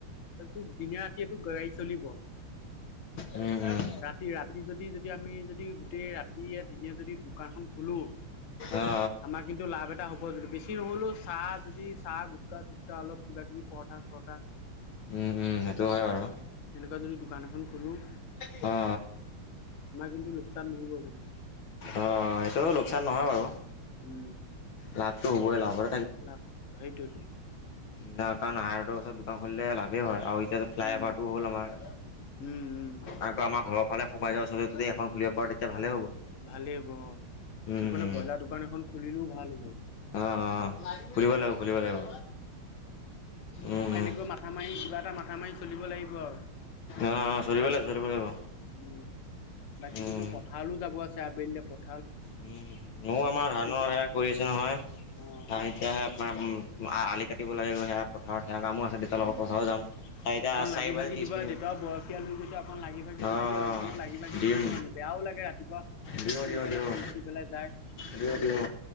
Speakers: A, on the left; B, on the left.
A: তোৰ দিনে ৰাতি তিয়েটো গৰা়ই চলিব
B: উম উম
A: ৰাতি ৰাতি যদি যদি আমি যদি গোটেই ৰাত তিয়ে দিনে যদি দোকানখন খোলো।
B: অ অ
A: আমা কিন্তু লাভ এটা হ'ব, যদি বেছি নহলেও চাহ যদি চাহ গোটকা অলপ কিবা কিবি পৰঠা চৰঠা
B: উম, উম সেইটো হয় বাৰু।
A: সেনেকুৱা যদি দোকান এখন খোলোঁ।
B: বা
A: আমাৰ কিন্তু লোকচান নহ'ব কিন্তু।
B: অঁ সেইটো লোকচান নহয় বাৰু।
A: উম।
B: লাভটো হ'বই, লাভৰ
A: লাভ সেইটোয়েটো।
B: না কাৰণ হাই ৰোডৰ ওচৰত দোকান খুলিলে লাভেই হয়। আৰু এতিয়া ফ্লাই
A: উম
B: অভাৰটো হ'ল আমাৰ,
A: উম উম
B: আকৌ আমাৰ ঘৰৰ ফালে সোমাই যোৱা ৰাস্তাতে যদি এখন খুলিব পাৰো তেতিয়া ভালে হ'ব।
A: ভালেই হ'ব অ',
B: উম
A: সেইপিনে ব্ৰইলাৰ দোকান এখন খুলিলেও ভাল হ'ব।
B: অ' অ' খুলিব লাগিব খুলিব লাগিব উম উম।
A: কৌ মাথা মাৰি কিবা এটা মাথা মাৰি চলিব লাগিব আৰু।
B: অ' অ' চলিব লাগিব চলিব লাগিব।
A: উম বাকীতো
B: উম
A: মোৰ পথাৰলৈ যাব আছে, আবেলি পথ
B: উম ময়ো আমাৰ ধানৰ
A: যে।
B: সেয়াই কৰি আছো নহয়?
A: অ'
B: ধান এতিয়াহে আপোনাৰ উম উম আ আলি কাটিব লাগেগৈ সেয়া পথাৰত সেয়া কামো আছে দেউতাৰ
A: উম।
B: লগত পথাৰো যাম। চাৰিটা
A: অকণ
B: চাৰি
A: লাগি
B: বাজি
A: ভাগি
B: ত্ৰিছ
A: দিবা
B: মিনিট
A: দেউতাও বয়সিয়াল হৈ গৈছে অকণ লাগি ভাগি
B: অঁ
A: দিবি আৰু, মইও লাগি ভাগি
B: দিম
A: দিও মানে। বেয়াও লাগে ৰাতিপুৱা।
B: দিওঁ,
A: সোনকালে
B: দিওঁ, দিওঁ।
A: শুই উঠি পেলাই যায়
B: দিওঁ দিওঁ